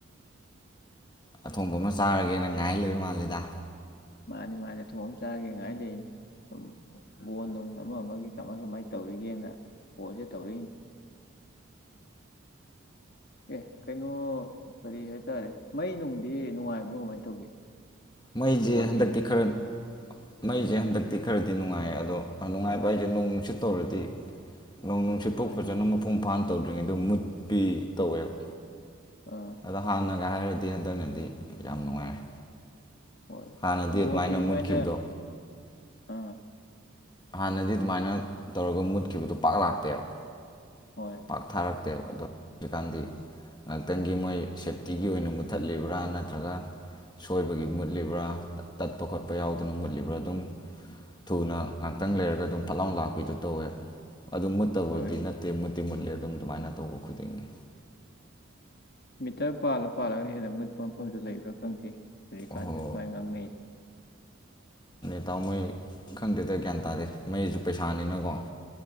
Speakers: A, on the left; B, on the left.
A: ꯑꯊꯣꯡꯕ ꯑꯃ ꯆꯥꯔꯒꯦꯅ ꯉꯥꯏ ꯂꯩꯣꯏꯕ ꯃꯥꯜꯂꯦꯗ
B: ꯃꯥꯅꯦ ꯃꯥꯅꯦ ꯊꯣꯡ ꯑꯃ ꯆꯥꯒꯦ ꯉꯥꯏ ꯂꯩꯅꯤ ꯁꯨꯝ ꯕꯣꯣꯟ ꯅꯨꯡ ꯑꯃ ꯑꯃꯒꯤ ꯀꯃꯥꯏ ꯀꯃꯥꯏꯅ ꯇꯧꯔꯤꯒꯦꯅ ꯣꯣꯟꯁꯦ ꯇꯧꯔꯛꯏꯅꯤ ꯑꯦ ꯀꯩꯅꯣ ꯀꯔꯤ ꯍꯥꯏꯇꯥꯔꯦ ꯃꯩ ꯅꯨꯡꯗꯤ ꯅꯨꯡꯉꯥꯏꯕ꯭ꯔꯣ ꯀꯃꯥꯏꯅ ꯇꯧꯒꯦ
A: ꯃꯩꯁꯦ
B: ꯕꯣꯜ
A: ꯍꯟꯗꯛꯇꯤ
B: ꯌꯦꯡꯉꯤꯗꯣ
A: ꯈꯔ ꯃꯩꯁꯦ ꯍꯟꯗꯛꯇꯤ ꯈꯔꯗꯤ ꯅꯨꯡꯉꯥꯏ ꯑꯗꯣ ꯅꯨꯡꯉꯥꯏꯕ ꯑꯩꯁꯦ ꯅꯅꯨꯡ ꯅꯨꯡꯁꯤꯠ ꯇꯧꯔꯗꯤ ꯅꯣꯡ ꯅꯨꯡꯁꯤꯠ ꯄꯣꯛ
B: ꯍꯣꯏ
A: ꯐꯖꯅ ꯃꯄꯨꯡ ꯏꯝꯐꯥꯥꯟ ꯇꯧꯗ꯭ꯔꯤꯉꯩꯗ ꯃꯨꯠꯄꯤ ꯇꯧꯋꯦꯕ
B: ꯑꯥ
A: ꯑꯗ ꯍꯥꯟꯅ ꯒ ꯍꯥꯏꯔꯗꯤ ꯍꯟꯗꯛꯅꯗꯤ ꯌꯥꯝ ꯅꯨꯡꯉꯥꯏꯔꯦ
B: ꯍꯣꯏ
A: ꯍꯥꯟꯅꯗꯤ
B: ꯕꯣꯜ
A: ꯑꯗꯨꯃꯥꯏꯅ
B: ꯌꯦꯡꯉꯤꯉꯩꯗ
A: ꯃꯨꯠꯈꯤꯕꯗꯣ
B: ꯑꯥ
A: ꯍꯥꯟꯅꯗꯤ ꯑꯗꯨꯃꯥꯏꯅ ꯇꯧꯔꯒ ꯃꯨꯠꯈꯤꯕꯗꯨꯣ ꯄꯥꯛ ꯂꯥꯛꯇꯦꯕ
B: ꯍꯣꯏ
A: ꯄꯥꯛ ꯊꯥꯔꯛꯇꯦꯕ ꯑꯗꯣ ꯍꯧꯖꯤꯛꯀꯥꯟꯗꯤ ꯉꯥꯛꯇꯪꯒꯤ ꯃꯣꯏ ꯁꯦꯞꯇꯤꯒꯤ ꯑꯣꯏꯅ ꯃꯨꯠꯊꯠꯂꯤꯕ꯭ꯔꯥ ꯅꯠꯇ꯭ꯔꯒ ꯁꯣꯏꯕꯒꯤ ꯃꯨꯠꯂꯤꯕ꯭ꯔꯥ ꯇꯠꯄ ꯈꯣꯠꯄ ꯌꯥꯎꯗꯅ ꯃꯨꯠꯂꯤꯕ꯭ꯔꯥ ꯑꯗꯨꯝ ꯊꯨꯅ ꯉꯥꯛꯇꯪ ꯂꯩꯔꯒ ꯑꯗꯨꯝ ꯐꯠꯂꯥꯎ ꯂꯥꯛꯄꯤꯗꯨ ꯇꯧꯋꯦ ꯑꯗꯨ ꯃꯨꯠꯇꯕꯗꯤ
B: ꯍꯣꯏ
A: ꯅꯠꯇꯦꯨ ꯂꯦ ꯑꯗꯨꯝ ꯑꯗꯨꯃꯥꯏꯅ ꯇꯧꯕ ꯈꯨꯗꯤꯡꯒꯤ
B: ꯃꯤꯇꯔ ꯄꯥꯜꯂ ꯄꯥꯜꯂꯒꯅ ꯍꯦꯟꯅ ꯃꯨꯠꯄ ꯃꯐꯝꯗꯨ ꯂꯩꯕ꯭ꯔꯥ ꯐꯪꯗꯦ ꯐꯔꯤꯀꯥꯟꯗ
A: ꯑꯣꯍꯣ
B: ꯑꯗꯨ ꯃꯥꯏ ꯉꯥꯡꯅꯩ
A: ꯇꯥꯎ ꯃꯣꯏ ꯈꯪꯗꯦꯗ ꯒ꯭ꯌꯥꯟ ꯇꯥꯗꯦ ꯃꯩꯁꯨ ꯄꯩꯁꯥꯅꯤꯅꯀꯣ